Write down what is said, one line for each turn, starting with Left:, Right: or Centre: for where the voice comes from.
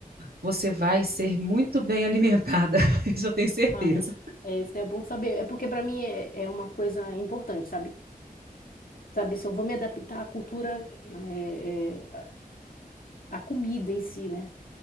Right: Você vai ser muito bem alimentada, <laughs> isso eu tenho certeza.
Left: Ai, é, isso é bom saber. É porque para mim é, é uma coisa importante, sabe? Sabe, se eu vou me adaptar à cultura, é, é, à comida em si, né?